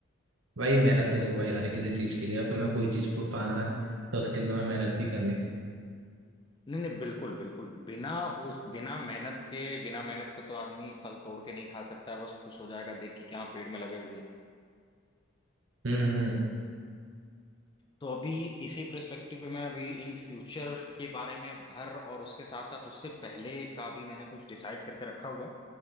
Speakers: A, on the right; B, on the left.
A: भाई मेहनत तो देखो भाई हर किसी चीज के लिए है, तुम्हें कोई चीज को पाना है तो उसके लिए तुम्हें मेहनत भी करनी पड़ेगी
B: नहीं नहीं बिल्कुल बिल्कुल बिना उस बिना मेहनत के बिना मेहनत को तो आदमी फल तोड़ के नहीं खा सकता है बस खुश हो जाएगा देख के कि हाँ पेड़ में लगे हुए हैं।
A: हम्म हम्म
B: तो अभी इसी पर्सपेक्टिव पे मैं अभी इन फ्यूचर के बारे में अब घर और उसके साथ साथ उससे पहले का भी मैंने कुछ डिसाइड करके रखा हुआ है